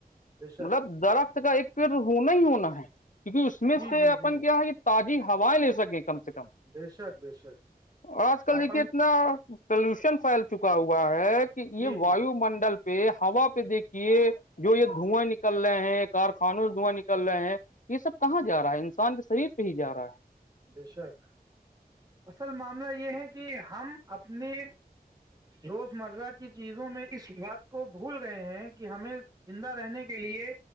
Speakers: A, on the right; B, on the left.
A: بے شک
B: مطلب درخت کا ایک یہ تو ہونا ہی ہونا ہے کیونکہ اس میں
A: جی
B: سے
A: جی
B: اپن
A: جی
B: کیا ہے کہ تازی ہوائیں لے سکیں کم سے کم
A: بے شک بے شک
B: آج کل
A: آپن
B: دیکھے اتنا پلوشن پھیل چکا ہوا ہے کہ
A: جی
B: یہ
A: جی
B: وایو منڈل ہوا پہ دیکھیے جو یہ دھواں نکل رہے ہیں کارخانوں سے دھواں نکل رہے ہیں یہ سب کہاں جا رہا ہے انسان کے شریر پہ ہی جا رہا ہے
A: بے شک اصل معاملہ یہ ہے کہ ہم اپنے روزمرہ کی چیزوں میں اس بات کو بھول گئے ہیں کہ ہمیں زندہ رہنے کے لیے